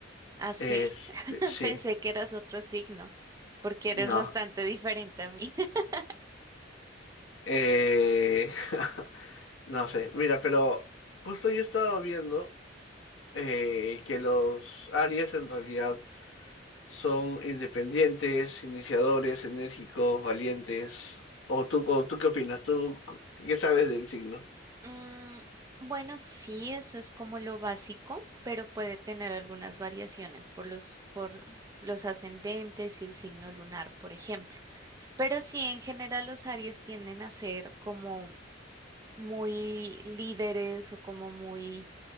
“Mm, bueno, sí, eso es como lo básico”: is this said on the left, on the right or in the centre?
Right